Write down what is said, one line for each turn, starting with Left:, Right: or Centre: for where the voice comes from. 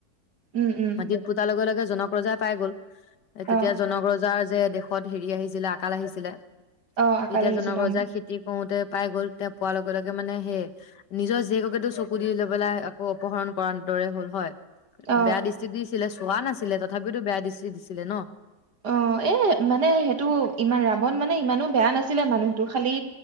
Right: উম উম
Left: মাটিত পুতাৰ লগে লগে জনক প্ৰজা পাই গ'ল তেতিয়া
Right: অ
Left: জনক ৰজা যে দেশত হেৰি আহিছিলে আকাল আহিছিলে
Right: অ আকাল
Left: তেতিয়া
Right: আহিছিলে
Left: জনক ৰজাই
Right: উম
Left: খেতি কৰোতে পাই গ'ল তেওঁ পোৱাৰ লগে লগে মানে সেই নিজৰ জীয়েককেতো চকু দি লৈ পেলাই আকৌ অপহৰণ কৰাৰ দৰে হ'ল হয়।
Right: অ
Left: বেয়া দৃষ্টি দিছিলে চোৱা নাছিলে তথাপিতো বেয়া দৃষ্টি দিছিলে ন
Right: অ এ মানে সেইটো ইমান ৰাৱন মানে ইমানো বেয়া নাছিলে মানুহটো খালি